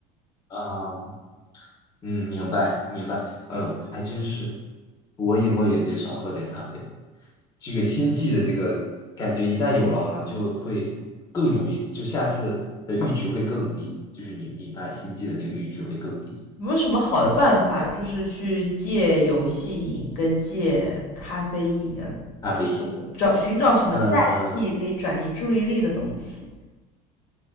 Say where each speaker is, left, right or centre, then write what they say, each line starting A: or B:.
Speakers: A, on the left (about 25°); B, on the left (about 70°).
A: 啊，嗯，明白明白。哎呦，还真是，我以后也得少喝点咖啡了这个心悸的这个感觉，一旦有了，好像就会更容易，就下次的阈值会更低，就是你引发心悸的那个阈值会更低。
B: 有没有什么好的办法，就是去戒游戏瘾跟戒咖啡因啊？
A: 咖啡因，
B: 我找寻找什么代替可以转移注意力的东西。
A: 呃，